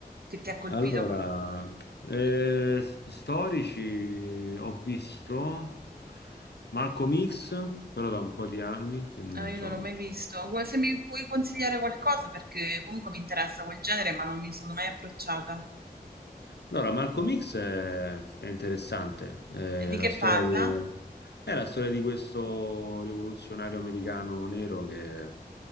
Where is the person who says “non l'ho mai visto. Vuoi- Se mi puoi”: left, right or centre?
Right